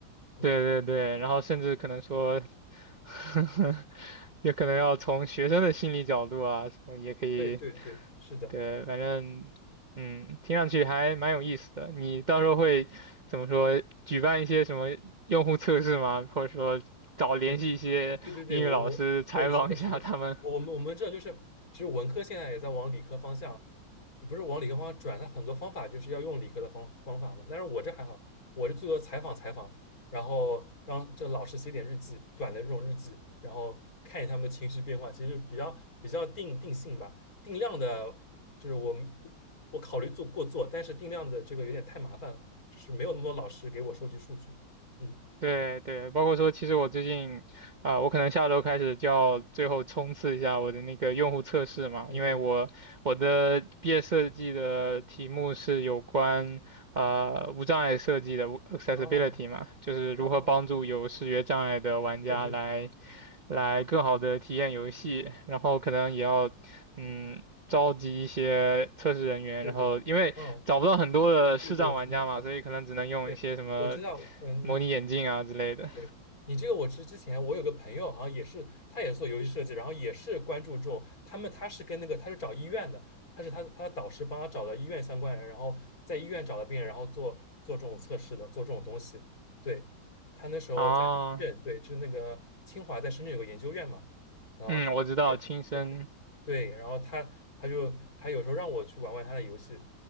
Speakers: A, on the left; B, on the right.
A: 嗯，
B: 对对对，然后甚至可能说 <laughs> 也可能要从学生的心理角度啊，什么也可以，
A: 对对对，是的。
B: 对，反正，嗯，听上去还蛮有意思的。你到时候会怎么说？
A: 嗯
B: 举办一些什么用户测试吗？或者说找联系一些英语老师采访一下他们？
A: 对对对对，我我对是的，是的，我我们我们这就是，
B: <laughs>
A: 其实文科现在也在往理科方向，也不是往理科方向转，它很多方法就是要用理科的方方法嘛。但是我这还好，我这最多采访采访，然后让这老师写点日记，短的这种日记，然后看一下他们情绪变化，其实就比较比较定定性吧，定量的，就是我们我我考虑做过做，但是定量的这个有点太麻烦了，就是没有那么多老师给我收集数据，嗯
B: 对对，包括说，其实我最近啊、我可能下周开始就要最后冲刺一下我的那个用户测试嘛，
A: 嗯嗯，
B: 因为我我的毕业设计的题目是有关。呃无障碍设计的呃 accessibility
A: 哦
B: 嘛，就是如何帮助有视觉障碍的玩家来
A: 哦对对
B: 来更好的体验游戏，然后可能也要嗯召集一些测试人员，
A: 对对，
B: 然后因为找不到很多的视障玩家嘛，
A: 哦，对，我知道，知道，
B: 所以可能只能用一些什么
A: 对，我知道，嗯，
B: 模拟眼镜啊之类的。
A: 你对你这个我知，之前我有个朋友好像也是，他也是做游戏设计，然后也是关注这种，他们他是跟那个他是找医院的，他是他他的导师帮他找了医院相关人，然后在医院找了病人，然后做做这种测试的，做这种东西。对，他那时候在深圳，
B: 啊，
A: 对，就是那个清华在深圳有个研究院嘛，然后他
B: 嗯，我知道，亲身，
A: 对对，然后他他就他有时候让我去玩玩他的游戏。